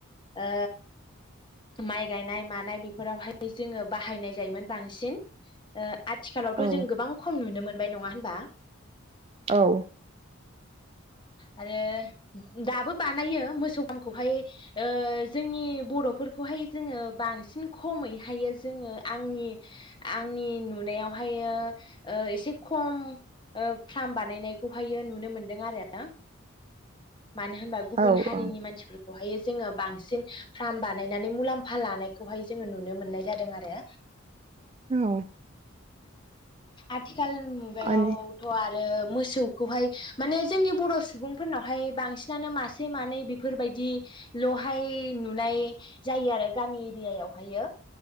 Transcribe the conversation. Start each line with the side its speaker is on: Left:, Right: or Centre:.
Left: ओ माइ गायनाय मानाय बेफोरावहाय जोङो बाहायनाय जायोमोन बांसिन ओ आथिखालावथ'
Right: औ
Left: जों गोबां खम नुनो मोन मोनबाय नङा होनबा
Right: औ
Left: आरो दाबो बानायो मोसौ <unintelligible> ओ जोंनि बर'फोर खौहाय जोङो बांसिन खमैहायो जोङो आंनि आंनि नुनायोहायो ओ एसे खम ओ फ्राम बानायनायखौ हायो नुनो मोनदों आरो मानो होनबा गुबुन
Right: औ
Left: हारिनि मानसिफोरखौ हायो जोङो बांसिन फ्राम बा नायनानै मुलाम्फा लानायखौहाय जोङो नुनो मोननाय जादों आरो
Right: औ
Left: आथि खाल मुगायावथ'
Right: औ
Left: आरो मोसौखौहाय माने जोंनि बर' सुबुंफोरनावहाय बांसिनानो मासे मानै बेफोरबायदि ल'हाय नुनाय जायो आरो गामि इरिया यावहायो